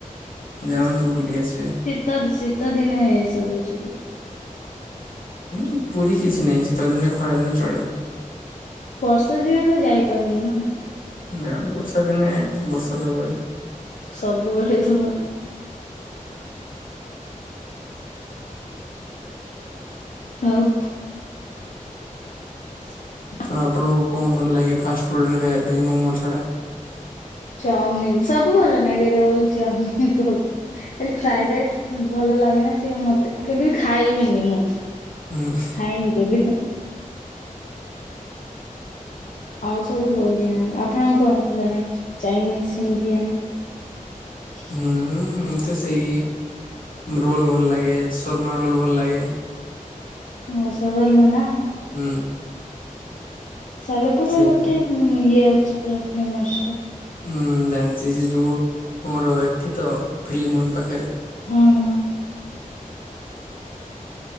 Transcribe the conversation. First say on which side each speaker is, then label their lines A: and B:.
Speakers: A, on the left; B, on the left.
A: ଯାଆନ୍ତୁ ବୁଲି ଆସିବେ
B: ତ ଶୀତ ଦିନେ ସବୁ ଯିବି।
A: ହୁଁ ପୁରୀ କିଛି ନାଇଁ ଶୀତ ଦିନେ ଖରାଦିନେ ଚଳିବ।
B: ବର୍ଷା ଦିନେ ତୁ ଯାଇପାରିବୁନି ନ
A: ନା ବର୍ଷା ଦିନେ ବର୍ଷା ସବୁବେଳେ।
B: ସବୁବେଳେ ତୁମର୍ ଆଉ <unintelligible>
A: ତ ଆପଣଙ୍କୁ କଣ ଭଲ ଲାଗେ ଫାଷ୍ଟଫୁଡ୍ ରେ ଖାଇବା ପାଇଁ ମୋମୋ ଛଡ଼ା?
B: ଚାଉମିିନ୍ ସବୁ ଭଲ ନାଗେ ରୋଲ ଚାଉମିନ୍ ସବୁ। ଖାଲି ଫ୍ରାଏଡ୍ ରାଇ ଭଲ ଲାଗେନା ସିଏ ମତେ କେବେ ବି ଖାଇବିନି ମୁଁ।
A: ହୁଁ।
B: ଖାଇନି କେବେ। ଆଉ ସବୁ ବଢିଆ ନାଗେ ଆପଣଙ୍କୁ କଣ ଭଲ ନାଗେ ଚାଇନିଜ୍ ଇଣ୍ଡିଆନ୍? <unintelligible>
A: ହୁଁ ମତେ ସେଇ ରୋଲ୍ ଭଲ ଲାଗେ ଶୂର୍ମା ରୋଲ୍ ଭଲ ଲାଗେ।
B: ହଁ ସବୋର୍ ମନା
A: ହୁଁ।
B: ସାଲେପୁରୁ
A: ସେଇଟା
B: ରେ ଗୋଟେ ଇଏ ଅଛି ପୁରା ଫେମସ୍ ଟା।
A: ହୁଁ ଜାଣିଛି ସେ ଯୋଉ ପୋର ଏଠି ତ ଫିଲ୍ମ ହଲ୍ ପାଖେରେ।
B: ହଁ ହଁ।